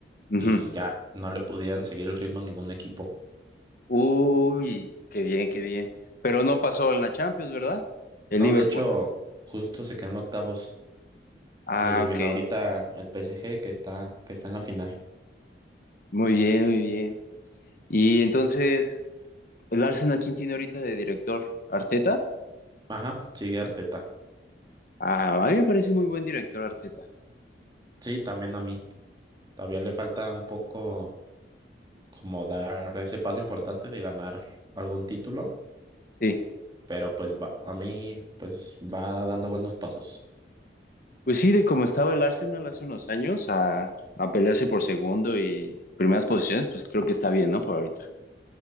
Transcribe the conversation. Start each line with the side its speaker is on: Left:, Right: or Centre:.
Left: Ujú.
Right: y ya no le podían seguir el ritmo a ningún equipo.
Left: Uy, qué bien, qué bien. Pero no pasó en la Champions, ¿verdad? El
Right: No,
Left: Liverpool.
Right: de hecho, justo se quedan octavos.
Left: Ah,
Right: Lo eliminó
Left: ok.
Right: ahorita el PSG que está, que está en la final.
Left: Muy bien, muy bien. Y entonces, ¿el Arsenal quién tiene ahorita de director? ¿Arteta?
Right: Ajá, sigue Arteta.
Left: Ah, a mí me parece muy buen director Arteta.
Right: Sí, también a mí. Todavía le falta un poco como dar ese paso importante de ganar algún título,
Left: Sí.
Right: pero pues va, a mí pues va dando buenos pasos.
Left: Pues sí, de cómo estaba el Arsenal hace unos años a, a pelearse por segundo y primeras posiciones, pues creo que está bien, ¿no? Por ahorita.